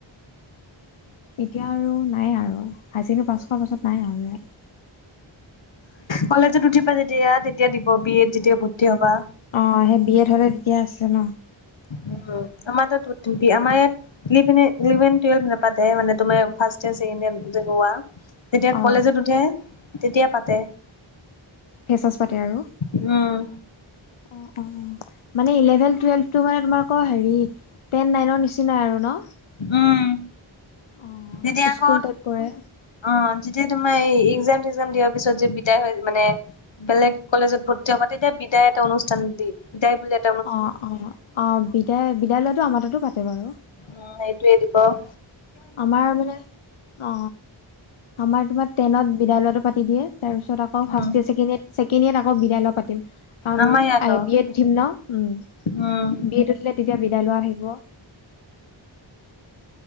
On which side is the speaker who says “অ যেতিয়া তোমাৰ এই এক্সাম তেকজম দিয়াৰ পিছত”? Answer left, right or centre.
Left